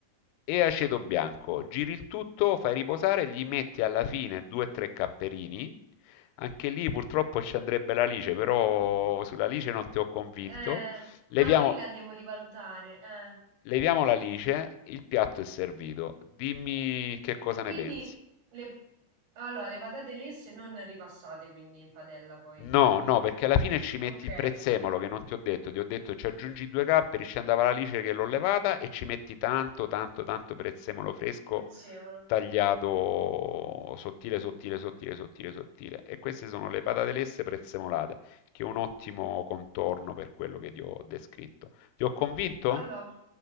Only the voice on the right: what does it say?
Eh,
magari la devo rivalutare. Eh.
Quindi
le, allora, le patate lesse non ripassate quindi in padella poi.
Ok,
prezzemolo.
Allora,